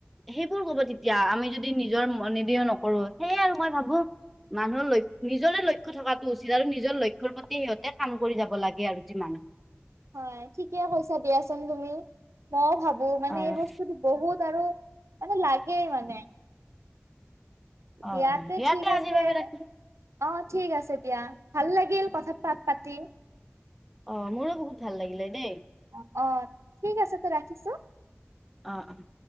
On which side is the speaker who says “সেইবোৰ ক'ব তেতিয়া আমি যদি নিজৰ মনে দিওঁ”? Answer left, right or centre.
Centre